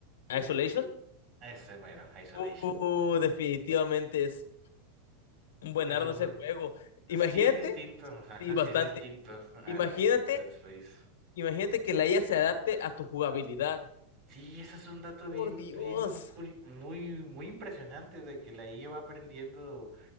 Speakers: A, on the left (about 80°); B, on the right (about 40°).
A: Isolation.
B: Ese mero, Isolation.
A: Uh, definitivamente es un buen
B: Es
A: ardo
B: un...
A: ese
B: ju-
A: juego. Imagínate,
B: Sí es distinto, ajá,
A: y bastante.
B: sí es distinto al
A: Imagínate
B: Dead Space.
A: Imagínate que la IA se adapte a tu jugabilidad.
B: Sí, eso es un dato
A: Por
B: bien,
A: Dios.
B: bien, curi- muy, muy impresionante de que la IA va aprendiendo,